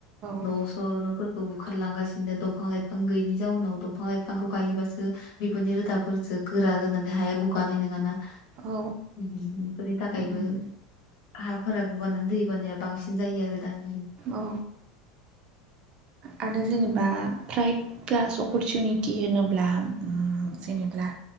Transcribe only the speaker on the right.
औ
औ
उम
औ आरो जेनेबा फ्राइट फ्लास अपरसुनिटि होनोब्ला ओम जेनेब्ला